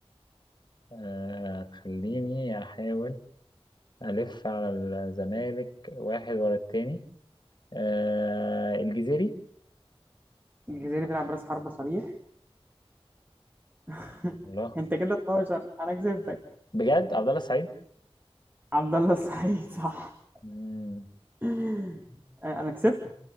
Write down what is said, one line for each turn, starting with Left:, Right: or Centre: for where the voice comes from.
Left: آه خليني احاول ألف على الزمالك واحد ورا التاني آه الجزيري
Right: الجزيري بيلعب راس حربة صريح <laughs>
Left: الله
Right: انت كده 12 انا كسبتك
Left: بجد عبد الله السعيد
Right: عبد الله السعيد صح
Left: مم.
Right: <laughs> انا كسبتك